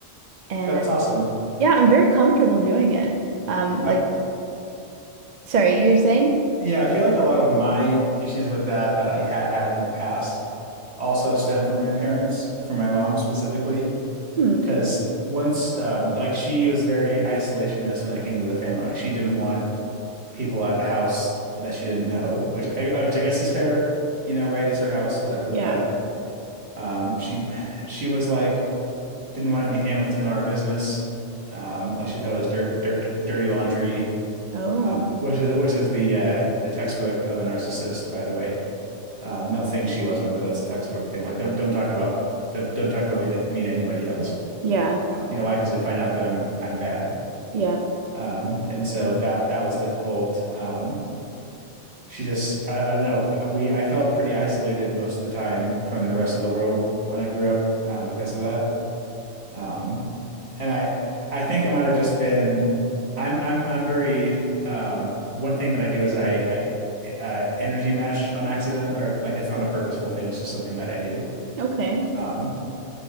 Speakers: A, on the right; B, on the right.
A: And
B: That's
A: um,
B: awesome.
A: yeah, I'm very comfortable doing it. Um,
B: I,
A: like, sorry, you were saying?
B: yeah, I feel like a lot of my issues with that that I had had in the past also stem from my parents, from my mom specifically.
A: Hmm.
B: Because once, um, like she was very isolationist when it came to the family. Like she didn't want people at the house that she didn't know, which I, uh, which I guess is fair, you know, right? It's her house, whatever.
A: Yeah.
B: But um, she, she was like, didn't want any family to know our business. Um, like she thought it was dirt, dirt, dirty laundry,
A: Oh,
B: um, which is which is the uh, the textbook of a narcissist, by the way. Um, not saying she was one, but that's a textbook thing. Like, don't don't talk about don't don't talk about me to, me to anybody else.
A: yeah.
B: Um, you know why? Because you'll find out that I'm I'm bad.
A: Yeah.
B: Um, and so that that was difficult. Um, she just I, I don't know. f- We I felt pretty isolated most of the time from the rest of the world when I grew up uh, because of that. Um, and I I think I might have just been I'm I'm I'm very um, one thing that I do is I I uh, energy match on accident or like it's not a purposeful thing. It's just something that I do.
A: Okay.
B: Um,